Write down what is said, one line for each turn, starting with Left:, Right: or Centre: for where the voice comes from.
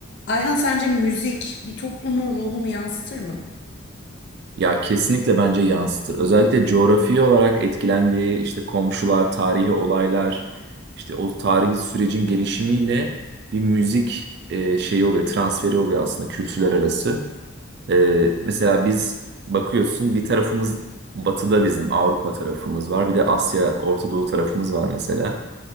Left: Ayhan sence müzik bir toplumun ruhunu yansıtır mı?
Right: Ya kesinlikle bence yansıtır. Özellikle coğrafi olarak etkilendiği işte komşular, tarihi olaylar, işte o tarihi sürecin gelişimiyle bir müzik e, şeyi oluyor, transferi oluyor aslında kültürler arası. E, mesela biz bakıyorsun bir tarafımız batıda bizim Avrupa tarafımız var, bir de Asya, Orta Doğu tarafımız var mesela.